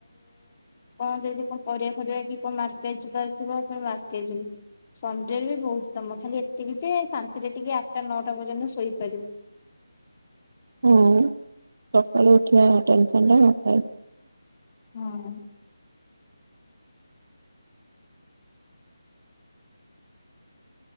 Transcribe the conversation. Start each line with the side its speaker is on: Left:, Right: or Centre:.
Left: କଣ ଯଦି କଣ ପରିବା ଫରିବା କି କଣ ମାର୍କେଟ ଯିବାର ଥିବ ଫୁଣି ମାର୍କେଟ ଯିବୁ। ସଣ୍ଡେରେ ବି ବହୁତ କାମ ଖାଲି ଏତିକି ଯେ ଶାନ୍ତିରେ ଟିକେ ଆଠଟା ନଅଟା ପର୍ଯ୍ୟନ୍ତ ଶୋଇପାରିବୁ।
Right: ହଁ ସକାଳେୁ ଉଠିବା ଟେନସନ୍ ଟା ନଥାଏ।
Left: ହଁ।